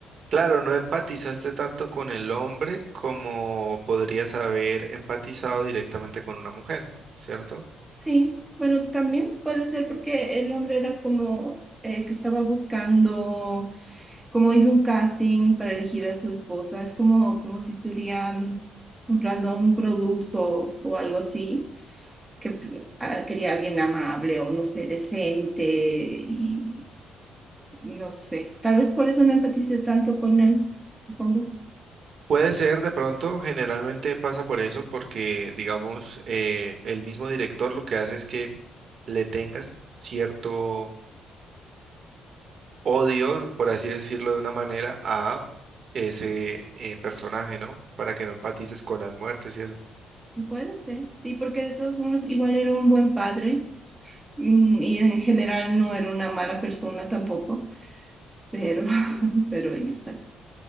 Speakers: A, on the right; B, on the right.
A: Claro, no empatizaste tanto con el hombre como podrías haber empatizado directamente con una mujer, ¿cierto?
B: Sí, bueno, también puede ser porque el hombre era como eh, que estaba buscando, como hizo un casting para elegir a su esposa, es como, como si estuviera mm, comprando un producto o algo así, que p- ah, quería alguien amable o no sé, decente y no sé, tal vez por eso no empaticé tanto con él, supongo.
A: Puede ser de pronto, generalmente pasa por eso, porque digamos, eh, el mismo director lo que hace es que le tengas cierto odio, por así decirlo de una manera, a ese eh, personaje, ¿no? Para que no empatices con las muertes y eso.
B: Puede ser, sí, porque de todos modos igual era un buen padre Mm, Y en general no era una mala persona tampoco, pero, <laughs> pero ahí está.